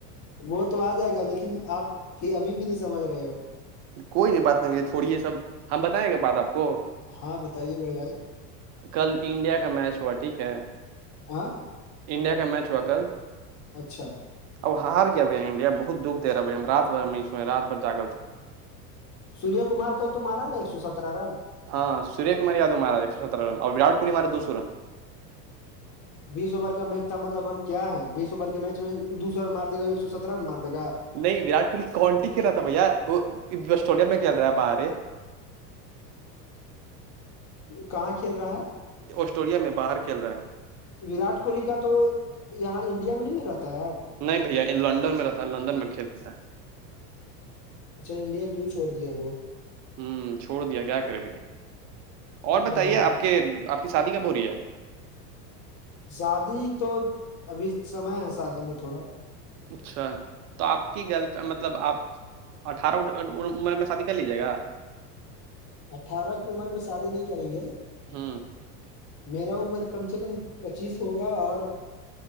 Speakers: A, on the left; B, on the right.
A: وہ تو آ جائے گا لیکن آپ پھر ابھی بھی نہیں سمجھ رہے ہو
B: کوئی نہیں بات نہیں مجھے تھوڑی ہے سب ہم بتائیں گا بات آپ کو
A: ہاں بتائیے بڑے بھائی
B: کل انڈیا کا میچ ہوا ٹھیک ہے
A: ہاں
B: انڈیا کا میچ ہوا کل
A: اچھا
B: اب ہار گیا بھ انڈیا بہت دکھ د رہا بھائی ہم رات بھر ہم نہیں سئے رات بھر جاگل تھے ہم
A: سوریہ کمار کل تو مارا نا ایک سو سترہ رن
B: ہاں سوریہ کماریادو مارا ہے ایک ستر رن اورورٹ کوہلی مارے دو سو رن
A: بیس اوور کا میچ تھا مطلب ہم کیا ہیں بیس اوور کے میچ میں دوسرا رن مار د گا ایک سو سترہ رن مار د گا
B: نہیں وراٹ کوہلی کون سی کھیلا تھا بھیا وہ آسٹرولیا میں کھیل رہے آ باہرے
A: کہاں کل رہا
B: آسٹرولیا میں باہر کھیل رہا ہے
A: وراٹ کوہلی کا تو یہاں انڈیا میں نہیں نک رہتا ہے اب
B: نہیں بھیا یہ لندن میں رہتا لندن میں کھیل لیتا ہے
A: اچھا انڈیا کیوں چھوڑ دیا وہ
B: ہوں چھوڑ دیا کیا کرے بھیا
A: وہ
B: اور بتائیے آپ کے آپ کی شادی کب ہو رہی ہے
A: شادی تو ابھی سمئے ہے شادی میں تھوڑا
B: اچھا تو آپ کی گھر پ مطلب آپ اٹھارہ اھ عمر میں شادی کر لیجیے گا
A: اٹھارہ کی عمر میں شادی نہیں کریں گے
B: ہوں
A: میرا عمر کم سے کم پچیس ہوگا اور